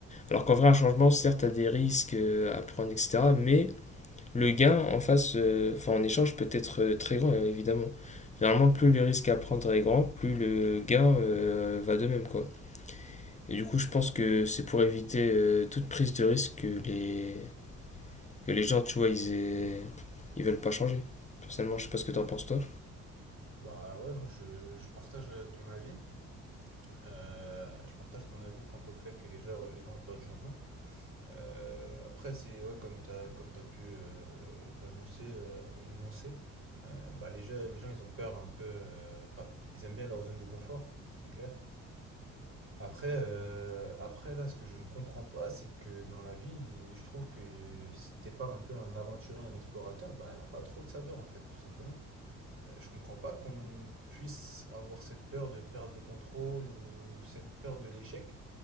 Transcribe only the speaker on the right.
Bah ouais, moi je, je partage euh, ton avis. Euh, je partage ton avis quant au fait que les gens, les gens ont peur du changement. Euh, après, c'est ouais, comme tu as, comme t'as pu euh, l'annoncer, euh, l'énoncer, euh, bah, les, gens, les gens ils ont peur un peu. euh, Enfin, ils aiment bien leur zone de confort, c'est clair. Après, euh, après, là, ce que je ne comprends pas, c'est que dans la vie, je trouve que si t'es pas un peu un aventurier, un explorateur, bah, elle a pas trop de saveur, en fait, tout simplement. Euh, je comprends pas qu'on puisse avoir cette peur de perdre le contrôle ou cette peur de l'échec,